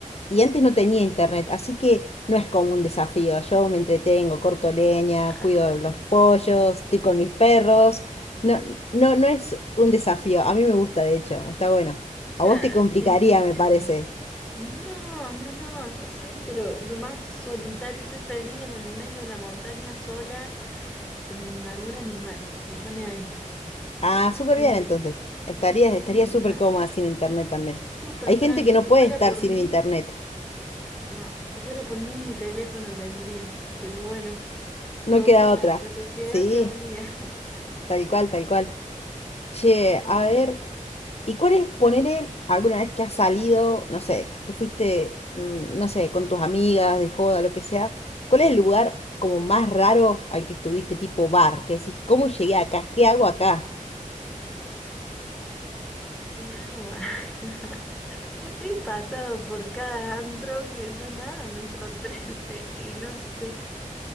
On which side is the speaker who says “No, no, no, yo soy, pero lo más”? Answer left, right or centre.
Centre